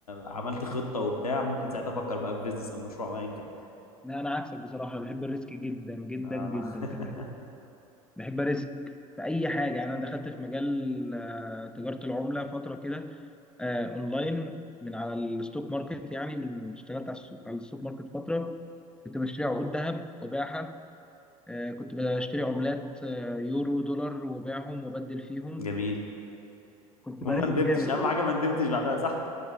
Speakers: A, on the left; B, in the centre.
A: عملت خطه وبتاع ممكن ساعتها افكر بقى في بيزنس او مشروع او ايا كان
B: لا انا عكسك بصراحه أنا بحب الريسك جدا جدا
A: آه.
B: جدا
A: <laughs>
B: كمان بحب ارزق في اي حاجه يعني انا دخلت في مجال آه، تجاره العمله فتره كده آه، اونلاين من على الستوك ماركت يعني من اشتغلت على السوق- على الستوك ماركت فتره كنت بشتري عقود ذهب وباعها آه، كنت بشتري عملات آه، يورو دولار وباعهم وبدل فيهم
A: جميل
B: كنت
A: المهم
B: برزق
A: ما ندمتش
B: جامد
A: اهم حاجه ما ندمتش بعدها صح